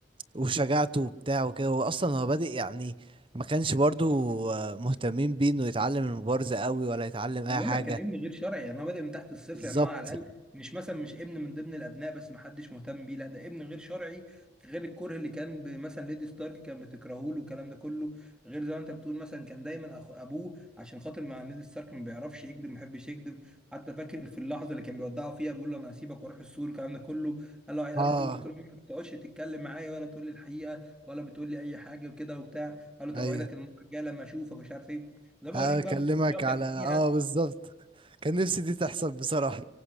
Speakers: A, on the right; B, in the centre.
A: وشجاعته وبتاع وكده هو اصلا هو بادئ يعني ما كانش برضو آه، مهتمين بيه انه يتعلم المبارزة قوي ولا يتعلم
B: ما
A: اي
B: بقول
A: حاجة
B: لك كان ابن غير شرعي يعني هو بادئ من تحت الصفر
A: بالظبط
B: يعني هو على الاقل مش مثلا مش ابن من ضمن الابناء بس ما حدش مهتم بيه لا ده ابن غير شرعي غير الكره اللي كان ب- مثلا ليدي ستارك كان بتكرهه له والكلام ده كله غير زي ما انت بتقول مثلا كان دايما أخو ابوه عشان خاطر مع ليدي ستارك ما بيعرفش يكذب ما بيحبش يكذب حتى فاكر في اللحظه اللي كان بيودعه فيها بيقول له انا هسيبك واروح السور والكلام ده كله قال له قال
A: اه
B: له انت طول عمرك ما بتقعدش تتكلم معايا ولا تقول لي الحقيقه ولا بتقول لي اي حاجه وكده وبتاع قال له طب
A: ايوه
B: اوعدك المره الجايه لما اشوفك مش عارف ايه ده بوريك
A: هكلمك
B: بقى الموضوع اللي هو كان
A: على
B: فيها
A: اه بالظبط كان نفسي دي تحصل بصراحة